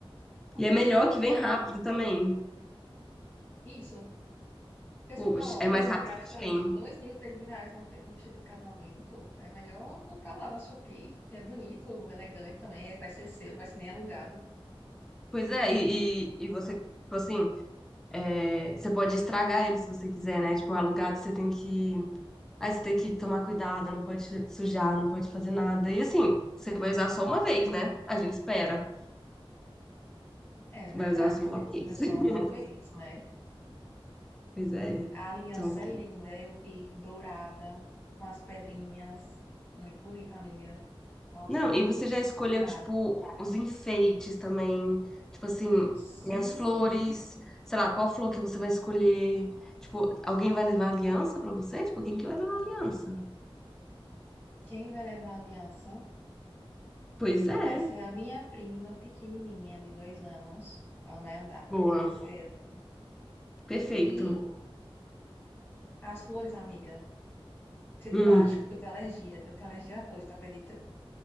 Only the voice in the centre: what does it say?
E é melhor
que
vem rápido
também.
Poxa,
é mais
rápido
que a Shein.
Pois é, e, e, e você, tipo assim, é, você pode estragar ele se você quiser, né? Tipo, alugado você tem que. Aí você tem que tomar cuidado, não pode sujar, não pode fazer nada. E assim, você vai usar só uma vez, né? A gente espera.
Vai usar só
uma vez.
<laughs>
Pois é.
Só uma
Não, e você já escolheu,
tipo, os enfeites também. Tipo assim,
tem as flores. Sei lá, qual flor que você vai escolher? Tipo, alguém vai levar aliança pra você? Tipo, quem que vai levar aliança?
Pois é.
Boa.
Perfeito.
Hum.